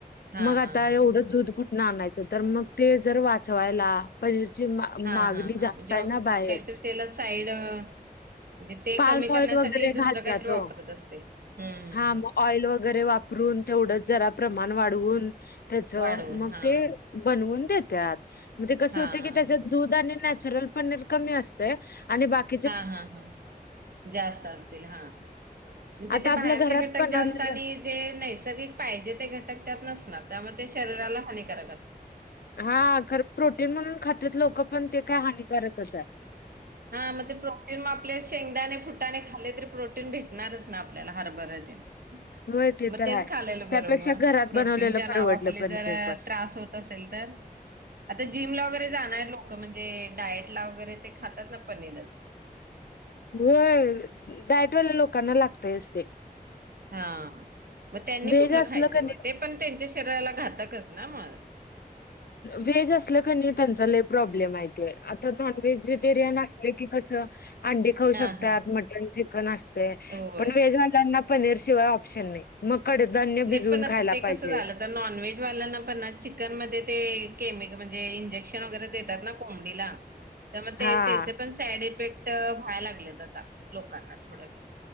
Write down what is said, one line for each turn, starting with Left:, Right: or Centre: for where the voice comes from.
Right: हां,
Left: मग
Right: हां,
Left: आता
Right: हां.
Left: एवढं दूध कुठण आणायचं, तर मग ते जर वाचवायला पनीर ची,
Right: हां,
Left: मागणी
Right: हां, हां.
Left: जास्त
Right: जॉब
Left: आहे ना बाहेर.
Right: काहीतरी त्याला साईड म्हणजे ते
Left: पाल्म
Right: कमी करण्यासाठी,
Left: ऑइल वगैरे
Right: दुसरं
Left: घालतात
Right: काहीतरी वापरत
Left: ओ
Right: असतील. हं, हं,
Left: हा,
Right: हं.
Left: मग ऑइल वगैरे वापरून तेवढं जरा प्रमाण वाढवून, त्याच
Right: वाढवून
Left: मग
Right: हां.
Left: ते बनवून देत्यात. म्हणजे कस
Right: हां,
Left: होतय की,
Right: हां,
Left: त्याच्यात
Right: हां.
Left: दूध आणि नॅचरल पनीर कमी असतंय. आणि बाकी
Right: हा, हा, हा, जास्त असतील, हा. म्हणजे
Left: आता
Right: ते
Left: आपल्या
Right: बाहेरचे
Left: घरात
Right: घटक
Left: बनवलेलं
Right: जास्त असतील. जे नैसर्गिक पाहिजे, ते घटक त्यात नसणार. त्यामुळे ते शरीराला हानिकारक असल.
Left: हा खर प्रोटीन म्हणून खातात लोक पण, ते काय हानिकारकच आहे.
Right: हा, मग ते प्रोटीन मग आपले शेंगदाणे, फुटाने खाले तरी प्रोटीन भेटणारच. आपल्याला हरभरा तेन
Left: होय ते
Right: मग
Left: तर
Right: तेच
Left: हाय.
Right: खालेल बर,
Left: त्यापेक्षा
Right: मग
Left: घरात
Right: प्रोटीन
Left: बनवलेलं
Right: च्या नावान.
Left: परवडलं
Right: हल्ली
Left: पनीर
Right: जरा
Left: पण.
Right: त्रास होत नसेल तर. आता जीमला वगैरे लोक म्हणजे डाएट ला वगैरे ते खातात. त्यांना पनीरच.
Left: होय. डायटवाल्या लोकांना लागतयच ते.
Right: हा मग त्यांनी
Left: व्हेज
Right: कुठलं
Left: असलं
Right: खायचं
Left: कणी
Right: मग. ते पण त्यांच्या शरीराला घातकच ना मग.
Left: व्हेज असलं कनी त्यांचा लय प्रॉब्लेम आहे ते. आता नॉनव्हेजिटेरियन असल की. कस अंडी खाऊ
Right: हां
Left: शकतात
Right: हां
Left: मटन चिकन असतय.
Right: होय.
Left: पण व्हेजवाल्यांना पनीर शिवाय ऑप्शन नाही. मग कडधान्य
Right: नाही
Left: भिजवुन
Right: पण आता
Left: खायला
Right: ते
Left: पाहिजे.
Right: कसं झालं नॉनव्हेज वाल्यांना पण ना चिकन मध्ये ते, केमिकल म्हणजे इंजेक्शन वगैरे देतात ना. कुंबडीला. त्या मग ते
Left: हा
Right: त्याचे पण सॅड इफेक्ट व्हायला लागलेत आता लोकांना थोडेफार.